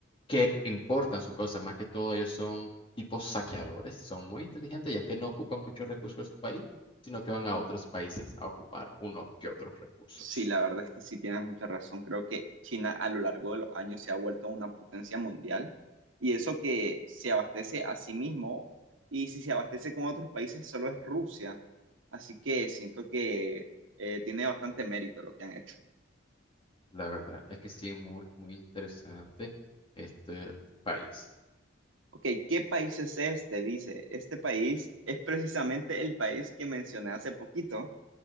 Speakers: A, on the left; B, on the right.
A: que importan su cosa, más que todo ellos son tipos saqueadores, son muy inteligentes ya que no ocupan muchos recursos de su país, sino que van a otros países a ocupar unos que otros recursos.
B: Sí, la verdad es que sí tienes mucha razón. Creo que China a lo largo de los años se ha vuelto una potencia mundial y eso que se abastece a sí mismo y si se abastece con otros países solo es Rusia. Así que siento que eh, tiene bastante mérito lo que han hecho.
A: La verdad es que sí, muy, muy interesante este país.
B: Ok, ¿qué país es este? Dice, este país es precisamente el país que mencioné hace poquito.